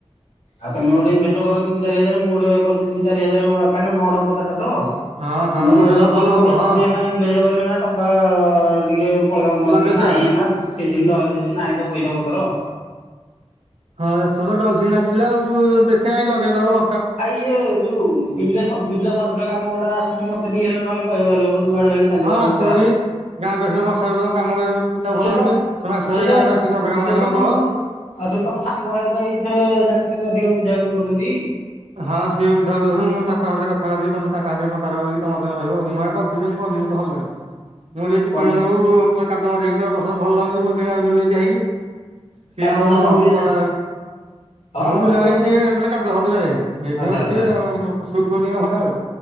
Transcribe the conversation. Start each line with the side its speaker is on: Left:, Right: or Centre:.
Left: ଆଉ ତମେ ଗୋଟେ ଇନଭେଷ୍ଟ କର ତିନି, ଚାରି ହଜାର ମୁଁ ଗୋଟେ କରୁଚି ତିନି, ଚାରି ହଜାର କାରଣ ବଡ଼ ପଦାଟା ତ।
Right: ହଁ ଧାନ
Left: ମୁଁ
Right: ଲଗେଇଦବା
Left: ଯଦି
Right: ଭଲ
Left: ଏକୁଟିଆ
Right: ହବ ହଁ
Left: ଯଦି ଏଇନା ଇନ୍ କରିବ ନା ଟଙ୍କା ଟିକେ ପଳେଇବ ମୋର
Right: ଲଗେଇଦବା
Left: ଟିକେ ନାହିଁ ଏନା ସେଦିନ ରହିଚି ନାହିଁ ତ ପଇସା ପତର।
Right: ହଁ, ଏଥର ଡଲଚିନ୍ ଆସିଲା ଆଉ ଦେଖାଆଁ ଲଗେଇଦବ
Left: ଆ ଇଏ ଯୋଉ ବିଲେ ବିଲ ସର୍ଭେ କାମ ଗୁଡା ଆସୁଛି ମତେ ଟିକ ହେଲେ ନହେଲେ କହିବ ହେଲେ ହଉ ଯୁଆଡୁ ହେଲେ ଚାଲିବ
Right: ହଁ,
Left: ସଂସ୍ଥା
Right: ସରି ଗାଁକୁ ଆସିଲେ ବର୍ଷା ଯଉ କାମ କର ପିଲାକୁ ଭଲ
Left: ସେଇଟା
Right: ଲାଗୁନି <unintelligible>
Left: ସେଇଟା
Right: ଗାଁକୁ ଆସି ଅଧେ କାମଟା
Left: ସେ
Right: ହେଲେ
Left: ତମ
Right: କରିଦେବ।
Left: ଯୋଉ ଆଉ ସେ ତମ ସାନ ଭାଇ ଭାଇ ଏଥରେ ଜାଣିଛନ୍ତି ଅଧିକ ବୁଝାବୁଝି କରୁଛନ୍ତି।
Right: ହଁ, ସିଏ ବୁଝାବୁଝି ହୁଅନ୍ତୁ ମୁଁ ତାଙ୍କ ହାତରେ କଥା କରିବି ତମ ତାଙ୍କ ହାତରେ କଣ୍ଟାରେ ରହିବି ତମେ ତମର ରହିବ ଆଉ ମୁଁ କହୁଥିଲିି ତ ଭଲ ଲାଗି ମୁଁ <unintelligible>
Left: କଣ
Right: ପାଣି ଲାଗୁ ମୋ କାଦୁଆ <unintelligible> ଭଲ ଲାଗୁଛି <unintelligible> ହେଇକି ସିଏ
Left: କାଦୁଅ
Right: ଆମ
Left: ଫାଦୁଅ ଟିକେ
Right: ପୁଅଟା
Left: ଯା ହଁ
Right: ମୁଁ
Left: ହଉ
Right: ବିଲ ବାଡ଼ିକି
Left: ତମେ
Right: ଟିକେ କାଦୁଅ ଫାଦୁଅ କୁ ଯାଇନି ଏଇଥିପାଇଁ
Left: ଆଚ୍ଛା
Right: ମତେ
Left: ଆଚ୍ଛା
Right: ଟିକେ ସୁଟ୍ କରୁନି ଖଣ୍ଡା ଆଉ।